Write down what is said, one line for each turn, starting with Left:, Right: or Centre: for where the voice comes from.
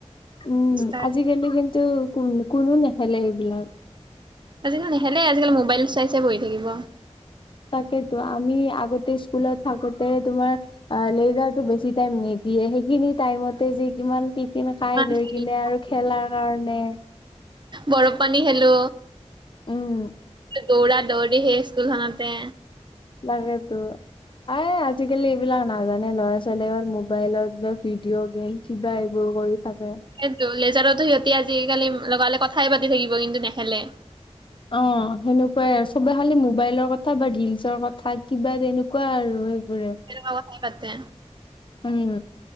Left: উম
Right: ষ্টাৰ্ট।
Left: আজিকালি কিন্তু কো কোনো নেখেলে সেইবিলাক।
Right: আজিকালি নেখেলে আজিকালি মোবাইল চাই চাই বহি থাকিব
Left: তাকেতো আমি আগতে স্কুলত থাকোতে তোমাৰ লেজাৰটো বেছি টাইম নিদিয়ে সেই খিনি টাইমতে যে কিমান টিফিন খাই
Right: ইমান
Left: লৈ
Right: খেলিব
Left: কিনে আৰু খেলাৰ কাৰণে
Right: বৰফ পানী খেলো
Left: উম
Right: দৌৰা দৌৰি সেই স্কুলখনতে
Left: লাগেটো এ আজিকালি এইবিলাক নাজানে ল'ৰা ছোৱালীয়ে অকল মোবাইলত বা ভিডিঅ' গেম কিবা এইবোৰ কৰি থাকে।
Right: সেইটো লেজাৰতো সিহঁতি আজিকালি লগালে কথাই পাতি থাকিব কিন্তু নেখেলে
Left: অ সেনেকুৱাই আৰু চবে খালি মোবাইলৰ কথা বা ৰিলচৰ কথা কিবা তেনেকুৱা আৰু সেইবোৰে
Right: তেনেকুৱা কথাই পাতে
Left: উম